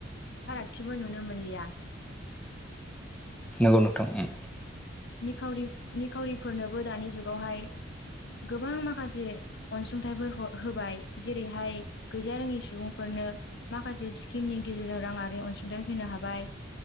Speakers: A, on the left; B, in the centre.
A: फारागथिबो नुनो मोनलिया <inaudible>
B: नंगौ नोंथां उम
A: निखावरि रि निखावरिफोरनोबो दानि जुगावहाय गोबां माखासे अनसुंथाइफोर ह होबाय जेरैहाय गैजा रोङि सुबुंफोर नो माखासे स्किमनि गेजेरजों राङारि अनसुंथाइ होनो हाबाय